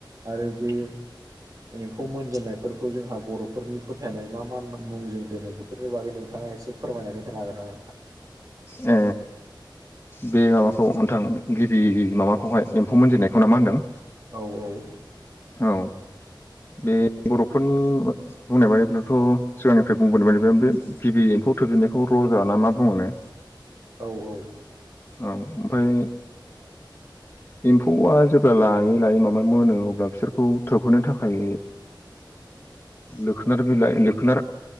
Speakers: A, on the right; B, on the left.
A: आरो बे एम्फौ मोनजेननायफोरखौ जोंहा बर'फोरनि फोथायनाय मा मा मुंजों दोनो बे- फोरनि बागै नोंथाङा एसे फोरमायनानै होनो हागोन ना नोंथां?
B: ओ बे माबाखौ नोंथां गिबि माबाखौहाय एम्फौ मोनजेननायखौ ना मा होनदों?
A: औ औ
B: औ बे बर'फोरनि बुंनाय बादिब्लाथ' सिगांनिफ्राय बुंबोनाय बादिब्ला बे गिबि एम्फौ थोबजेननायखौ रजा ना मा बुङो ने?
A: औ औ
B: औ ओमफ्राय एम्फौआ जेब्ला लायै लायै माबा मोनो अब्ला बिसोरखौ थोबहोनो थाखाय लोखोनार बिलाइ लोखोनार